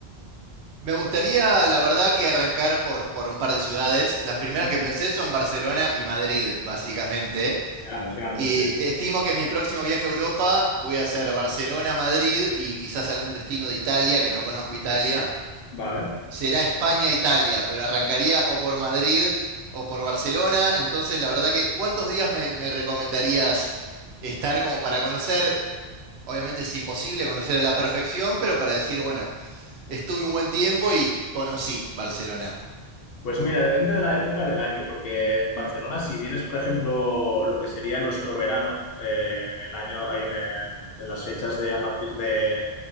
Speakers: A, on the right (about 80°); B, on the left (about 70°).
A: Me gustaría, la verdad, que arrancar por, por un par de ciudades. Las primeras
B: Ujú.
A: que pensé son Barcelona y Madrid, básicamente.
B: Ya, los grandes,
A: Y
B: sí, sí.
A: estimo que en mi próximo viaje a Europa voy a hacer Barcelona, Madrid y quizás algún destino de Italia, que no conozco Italia.
B: Vale.
A: será España-Italia, pero arrancaría o por Madrid o por Barcelona. Entonces, la verdad que, ¿cuántos días me, me recomendarías estar como para conocer? Obviamente es imposible conocer a la perfección, pero para decir, bueno, estuve un buen tiempo y conocí Barcelona.
B: Pues mira, depende de la época del año, porque en Barcelona, si vienes, por ejemplo, lo que sería nuestro verano, eh, en el año, en, en- en las fechas de a partir de,